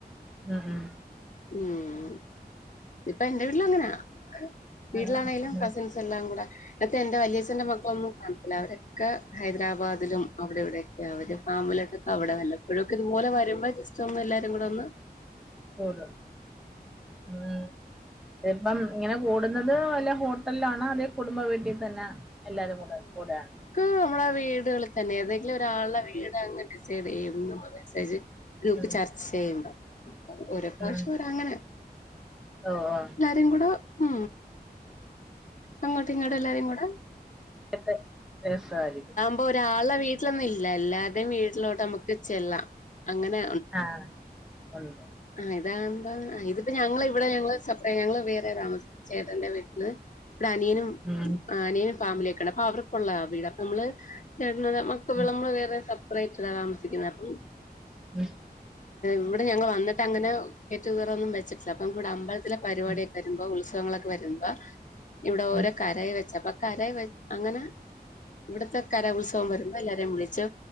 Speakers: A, in the centre; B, on the left.
A: ഉം ഉം
B: ഉം ഇപ്പ എന്റെ വീട്ടില അങ്ങനാ വീട്ടിലാണെങ്കിലും
A: ആഹ് ആഹ്
B: കസിൻസ് എല്ലാം കൂടെ എന്റെ വലിയച്ഛന്റെ മക്കളൊന്നും കാണത്തില്ല അവരൊക്കെ ഹൈദരാബാദിലും അവിടെ ഇവിടെ അവര് ഫാമിലിട്ടൊക്കെ അവിടെ വല്ല പ്പോഴൊക്കെ ഇതുപോലെ വരുമ്പോ ജസ്റ്റ് ഒന്ന് എല്ലാരും കൂടെ ഒന്ന്
A: കൂടും ഉം വരുമ്പംഇങ്ങനെ കൂടുന്നത് വല്ല ഹോട്ടല ആണോ അതെ കുടുംബ വീട്ടിൽ തന്നെ എല്ലാരും കൂടെ കൂടെയാണ്
B: ക്ക് നമ്മളെ വീടുകളിൽ തന്നെ ഏതെങ്കിലും ഒരാളുടെ വീട് അങ്ങനെ ഡിസൈഡ് ചെയ്യുംമ്മ മെസ്സേജ് ഗ്രൂപ്പ്
A: ഉം
B: ചർച്ച ചെയ്യുമ്പോ ഓരോ പ്രാവശം
A: ഉം
B: ഓരങ്ങനെ
A: ഓ ഓ
B: തെങ്കടോ ഉ അങ്ങോട്ട് ഇങ്ങോട്ട് എല്ലാരും കൂടെ
A: എ പ്പെ രസായിരിക്കും
B: അപ്പൊ ഒരാളുടെ വീട്ടിലൊന്നും ഇല്ല എല്ലാരുടെേയും വീട്ടിലോട്ട് നമ്മുക്ക് ചെല്ലാം അങ്ങനെ
A: ആഹ് ഉള്ളു
B: ആഹ്താന്താ ഇതിപ്പ ഞങ്ങ ഇവിടെ ഞങ്ങള് സെപ്പററ്റ് ഞങ്ങള് വേറെ താമസിക്ക ചേട്ടന്റെ വീട്ടില് ഇവിടെ അനിയനും
A: ഉം
B: അനിയനും ഫാമിലിയ ഒക്കെയണ്ടണ്ട് അപ്പൊ അവർക്കുള്ള വീട് അപ്പൊ നമ്മള് ചേട്ട മക്കെ
A: ഉം
B: വിളമ്പള് വേറെ സെപ്പറേറ്റ് ഇടാ താമസിക്കുന്നത് അപ്പം
A: ഉ
B: ഇവിടെഞ ങ്ങള് വന്നിട്ട്ങ്ങനെ ഗെറ്റുകറൊന്നും വച്ചിട്ടില്ലപ്പ ഇ വടെ അമ്പലത്തിലെ പരിപാടി
A: ഉം
B: ഒക്കെ വരുമ്പോ ഉത്സവ നമ്മളൊക്കെ വരുമ്പോ ഇവിടെ ഓരോ
A: ഉം
B: കരയ വെച്ച അപ്പ കര അങ്ങനെ ഇവിടത്തെ കരോത്സവം വരുമ്പോ എല്ലാരെയും വിളിച്ചു